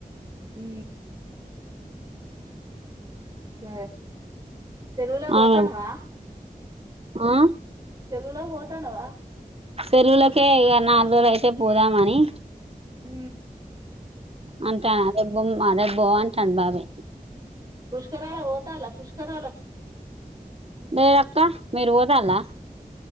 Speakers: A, on the right (about 25°); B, on the right (about 40°).
A: హు గ చెరువులా పోతానువా
B: ఆమె ఆ
A: చె లా పోతనవా
B: సలవులకే ఇ నాలుగు రోజులు అయితే పోదామని
A: ఉ
B: అంటాను అరే బొ అరే బో అంటాను బాబా
A: పుష్క పుష్కరా ల పోతలా పుష్కరాల
B: లేేదక్క మీరు పోదాలా